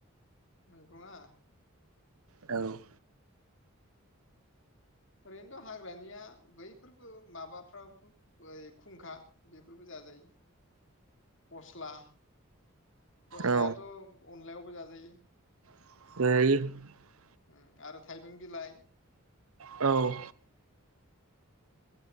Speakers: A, on the left; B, on the right.
A: मेगंआ
B: औ
A: ओरैनोथ हाग्रानिया बैफोरबो माबाफ्राब खुंखा बेफोरबो जाजायो। फस्ला-फस्लायाथ
B: औ
A: अनलायाव बो जा जायो।
B: <unintelligible>
A: अम आरो थाइबें बिलाइ
B: औ